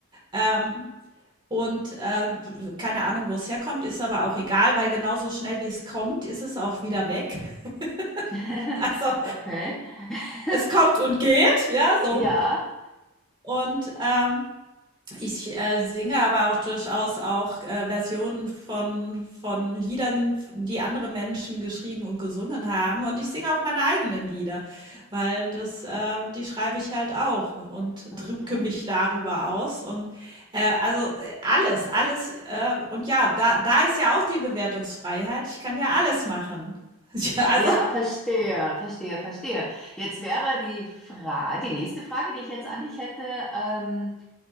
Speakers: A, on the right (about 20°); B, in the centre.
A: Ähm, Und, äh, keine Ahnung, wo es herkommt, ist aber auch egal, weil genauso schnell, wie es kommt, ist es auch wieder weg. <laughs>
B: <laughs>
A: Also,
B: Okay. <laughs>
A: es kommt und geht, ja, so.
B: Ja.
A: Und, ähm Ich, äh, singe aber auch durchaus auch, äh, Versionen von von Liedern, die andere Menschen geschrieben und gesungen haben und ich singe auch meine eigenen Lieder, weil das äh, die schreibe ich halt auch und
B: Mhm.
A: drücke mich darüber aus und, äh, also, äh, alles, alles, äh, und ja, da da ist ja auch die Bewertungsfreiheit. Ich kann ja alles machen. <laughs> Ja, also
B: Ja, verstehe, verstehe, verstehe. Jetzt wäre die Frage, die nächste Frage, die ich jetzt an dich hätte, ähm,